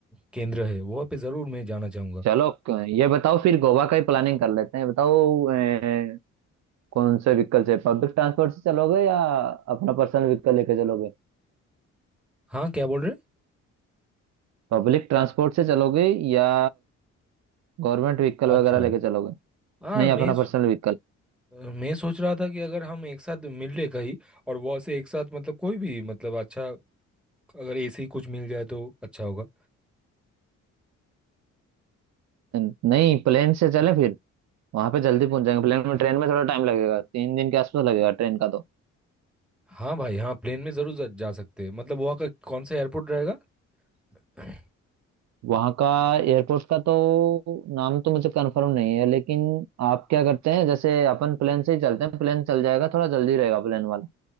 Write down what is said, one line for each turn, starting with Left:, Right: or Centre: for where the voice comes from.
Centre: केंद्र है वहाँ पे ज़रूर मैं जाना चाहूँगा
Right: चलो क- ये बताओ फिर गोवा का ही प्लानिंग कर लेते हैं बताओ ए, कौन से व्हीकल से पब्लिक ट्रांसपोर्ट से चलोगे या अपना पर्सनल व्हीकल लेके चलोगे
Centre: हाँ क्या बोल रहे
Right: पब्लिक ट्रांसपोर्ट से चलोगे या गवर्नमेंट व्हीकल वगैरह
Centre: अच्छा
Right: लेके चलोगे
Centre: हाँ
Right: नहीं
Centre: मैं
Right: अपना
Centre: सो-
Right: पर्सनल व्हीकल
Centre: मैं सोच रहा था कि अगर हम एक साथ मिल ले कहीं और वहाँ से एक साथ मतलब कोई भी मतलब अच्छा अगर ऐसे ही कुछ मिल जाए तो अच्छा होगा
Right: नहीं प्लेन से चले फिर वहां पे जल्दी पहुंच जाएंगे प्लेन में ट्रेन में थोड़ा टाइम लगेगा तीन दिन के आसपास लगेगा ट्रेन का तो
Centre: हाँ भाई हाँ प्लेन में जरूर जा जा सकते हैं मतलब वहाँ का कौन सा एयरपोर्ट रहेगा <clears throat>
Right: वहां का एयरपोर्ट का तो नाम तो मुझे कंफर्म नहीं है लेकिन आप क्या करते हैं जैसे अपन प्लेन से ही चलते हैं प्लेन चल जाएगा थोड़ा जल्दी रहेगा प्लेन वाला